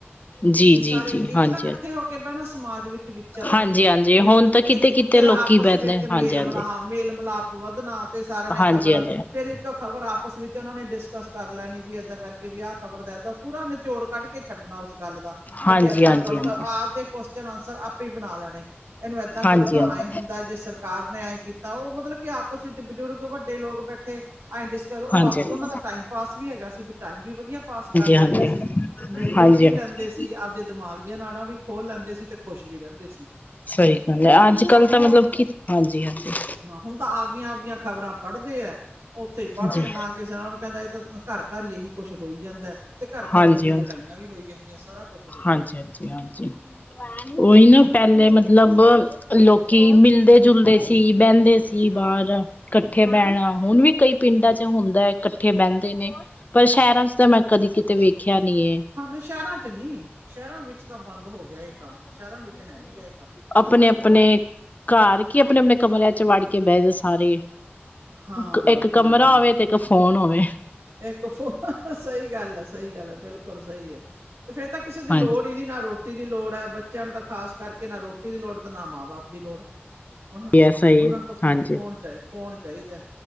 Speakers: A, on the left; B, on the right.
A: ਜੀ
B: ਵੀ ਸਾਰੇ
A: ਜੀ
B: ਇੱਕ
A: ਹਾਂਜੀ
B: ਤਾਂ ਇਕੱਠੇ
A: ਹਾਂਜੀ
B: ਹੋ ਕੇ ਬਹਿਣਾ ਸਮਾਜ ਵਿੱਚ ਵਿਚਰਨਾ-
A: ਹਾਂਜੀ-ਹਾਂਜੀ
B: ਵੀ
A: ਹੁਣ ਤਾਂ ਕਿਤੇ-ਕਿਤੇ
B: ਇੱਕ ਦੂਜੇ
A: ਲੋਕੀ
B: ਦਾ ਆਪਸ
A: ਬਹਿੰਦੇ
B: ਵਿੱਚ
A: ਹਾਂਜੀ-ਹਾਂਜੀ।
B: ਮੇਲ ਮਿਲਾਪ ਮੇਲ ਮਿਲਾਪ ਵੱਧਣਾ ਤੇ ਸਾਰਿਆਂ ਨੇ
A: ਹਾਂਜੀ-ਹਾਂਜੀ,
B: ਖ਼ਬਰ ਫੇਰ ਇੱਕ ਖ਼ਬਰ ਆਪਸ ਵਿੱਚ ਉਹਨਾਂ ਨੇ ਡਿਸਕਸ ਕਰ ਲੈਣੀ ਵੀ, ਏਦਾਂ ਕਰਕੇ ਵੀ ਆਹ ਖਬਰ ਦਾ ਇਏਦਾਂ ਪੂਰਾ ਨਿਚੋੜ ਕੱਢ ਛੱਡਣਾ ਉਸ ਗੱਲ ਦਾ ਵੀ
A: ਹਾਂਜੀ-ਹਾਂਜੀ-ਹਾਂਜੀ,
B: ਜੇ ਏਦਾਂ ਕਰੋ ਤਾਂ ਆਪ ਈ ਕੋਸ਼ਿਚਣ ਅਨਸਰ ਸਰ ਆਪੇ ਹੀ ਬਣਾ ਲੈਣੇ ਇਹਨੂੰ ਏਦਾਂ ਕਰੋ
A: ਹਾਂਜੀ-ਹਾਂਜੀ,
B: ਤਾਂ ਆਏਂ
A: ਹਾਂਜੀ।
B: ਹੁੰ ਦਾ ਜੇ ਸਰਕਾਰ ਨੇ ਐਂ ਕੀਤਾ ਉਹ ਮਤਲਬ ਕਿ ਆਪਸ ਵਿੱਚ ਬਜ਼ੁਰਗ ਵੱਡੇ ਲੋਕ ਬੈਠੇ ਐਂ ਡਿਸਕਸ ਉਹ
A: ਹਾਂਜੀ-ਹਾਂਜੀ,
B: ਆਪ ਉਹਨਾਂ ਦਾ ਟਾਈਮ ਪਾਸ ਵੀ ਹੈਗਾ ਸੀ ਵੀ ਟਾਈਮ ਵੀ ਵਧੀਆ ਪਾਸ ਕਰ
A: ਹਾਂਜੀ,
B: ਲੈਂਦੇ ਸੀ ਮਿਲ ਜੁਲ
A: ਹਾਂਜੀ-ਹਾਂਜੀ,
B: ਵੀ ਲੈਂਦੇ
A: ਹਾਂਜੀ।
B: ਸੀ ਆਪਦੇ ਦਿਮਾਗ ਦੀਆਂ ਨਾਲਾਂ ਵੀ ਖੋਲ ਲੈਂਦੇ ਸੀ ਤੇ ਖੁਸ਼ ਵੀ ਰਹਿੰਦੇ ਸੀ
A: ਸਹੀ ਗੱਲ
B: ਤੇ
A: ਐ ਅੱਜ
B: ਹੁਣ
A: ਕੱਲ ਤਾਂ
B: ਹੁਣ
A: ਮਤਲਬ ਕੀ ਹਾਂਜੀ ਹਾਂਜੀ
B: ਹਾਂ ਹੁਣ ਤਾਂ ਆਪਦੀਆਂ ਆਪਦੀਆਂ ਖ਼ਬਰਾਂ ਪੜ੍ਹਦੇ ਆ ਉੱਥੇ ਹੀ ਪੜ੍ਹਦੇ
A: ਜੀ
B: ਆ ਨਾ ਕਿ ਕਿਸੇ ਨਾਲ ਕਹਿੰਦਾ ਇਹ ਤਾਂ ਘਰ ਘਰ ਇਹੀ ਕੁੱਛ ਹੋਈ ਜਾਂਦਾ ਤੇ ਘਰ
A: ਹਾਂਜੀ-ਹਾਂਜੀ।
B: ਘਰ ਉਹ ਜਿਹੇ ਲੜਾਈਆਂ ਵੀ ਹੋਈ ਜਾਂਦੀਆਂ ਸਾਰਾ ਕੁਛ ਹੋਈ ਜਾਂਦਾ
A: ਹਾਂਜੀ-ਹਾਂਜੀ,
B: ਤਾਂ
A: ਹਾਂਜੀ ਉਹੀ ਨਾ ਪਹਿਲੇ ਮਤਲਬ ਲੋਕ ਕੀ ਮਿਲਦੇ-ਜੁਲਦੇ ਸੀ ਬਹਿੰਦੇ ਸੀ
B: ਸਹੀ ਗੱਲ
A: ਬਾਹਰ।
B: ਆ ਸਹੀ
A: ਕੱਠੇ ਬਹਿਣਾ ਹੁਣ ਵੀ ਕਈ ਪਿੰਡਾਂ 'ਚ ਹੁੰਦਾ ਐ ਇਕੱਠੇ ਬਹਿੰਦੇ ਨੇ। ਪਰ ਸ਼ਹਿਰਾਂ 'ਚ ਤਾਂ ਮੈਂ ਕਦੀ ਕਿਤੇ ਵੇਖਿਆ ਨੀ ਏ।
B: ਹ ਸ਼ਹਿਰਾਂ 'ਚ ਨੀ ਸ਼ਹਿਰਾਂ ਵਿੱਚ ਤਾਂ ਬੰਦ ਹੋ ਗਿਆ ਇਹ ਕੰਮ ਸ਼ਹਿਰਾਂ ਵਿੱਚ ਹੈ ਨੀ ਗਾ ਇਹ ਕੰਮ।
A: ਆਪਣੇ-ਆਪਣੇ ਘਰ ਕੀ ਆਪਣੇ-ਆਪਣੇ ਕਮਰਿਆਂ 'ਚ ਵੜ ਕੇ ਬਹਿ ਜੋ ਸਾਰੇ।
B: ਹਾਂ
A: ਕ ਇੱਕ ਕਮਰਾ
B: ਹਾਂ ਹਾਂ
A: ਹੋਵੇ ਤੇ ਇੱਕ ਫੋਨ ਹੋਵੇ।
B: ਇੱਕ ਫੋਨ ਸਈ ਗੱਲ ਆ ਸਈ ਗੱਲ ਐ। ਬਿਲਕੁੱਲ ਸਈ ਐ ਤੇ ਫੇਰ ਤਾਂ ਕਿਸੇ ਦੀ
A: ਹਾਂਜੀ
B: ਲੋੜ ਈ ਨੀ ਨਾ ਰੋਟੀ ਦੀ ਲੋੜ ਐ ਬੱਚ ਬਚਿਆਂ ਨੂੰ ਤਾਂ ਖਾਸ ਕਰਕੇ ਨਾ ਰੋਟੀ ਦੀ ਲੋੜ ਤੇ ਨਾ ਮਾਂ ਬਾਪ ਦੀ ਲੋੜ। ਉਹ ਉਹਨਾਂ
A: ਐਸਾ ਹੀ ਹੈ
B: ਨੂੰ ਤਾਂ ਫੋਨ
A: ਹਾਂਜੀ
B: ਫੋਨ ਫੋਨ ਚਾਹੀਦਾ